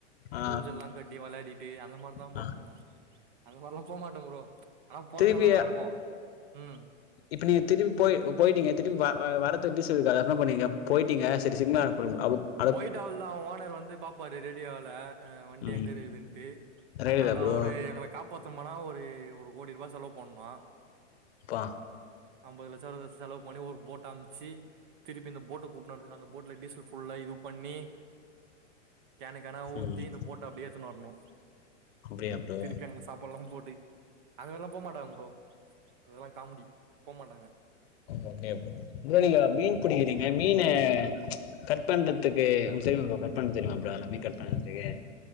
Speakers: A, on the left; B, on the right.
A: ஆ
B: ஊஞ்சல்லா கட்டி விளையாடிட் டு அந்த மாதிரிதா
A: ஆ
B: பணணு அந்த மாதிரிலா போமாட்டோ ப்ரோ ஆனா போன
A: திருப்பி
B: நல்லாதா இருக்கு ம்
A: இப்ப நீங்க திருப்பி போயி போயிட்டீங்க திருப்பி வரதுக்கு டீசல் இருக்காது என்ன பண்ணீங்க போயிட்டீங்க சேரி சிக்னல் அ
B: போய்ட்டு அவ்ளோ தா ஓனர் வந்து பாப்பாரு ரேடியோல வண்டி
A: ம்
B: எங்க இருக்குதுன்ட்டு
A: ரயில்ல
B: அங்க
A: ப்ரோ
B: அவுரு எங்கள காப்பாத்தனுனா ஒரு ஒரு கோடி ரூபா செலவு பண்னு
A: பா
B: ஐம்பது லட்ச வரைக்கு செலவு பண்ணி ஒரு போட்டு அமுச்சு திருப்பி இந்த போட்ட கூப்புடலா இருக்கு அந்த போட்ல டீசல் ஃபுல்லாய் பண்ணி கேன கேன ஊத்தி
A: ம்
B: இந்த போட்ட அப்டியே எடுத்து வரணு
A: அப்டியா ப்ரோ
B: திருப்பி அங்க சாப்பாடுல்லா போட்டு அங்க எல்லா போ மாட்டாங்க ப்ரோ அது எல்லா காமெடி போமாட்டாங்க
A: ஒகே ப்ரோ நீங்க மீன் பிடிக்கிறீங்க மீனு கட் பண்றதுக்கு உங்களுக்கு தெரியமா ப்ரோ கட் பண்ண தெரியுமா ப்ரோ மீன் கட்பண்ண தெரிமா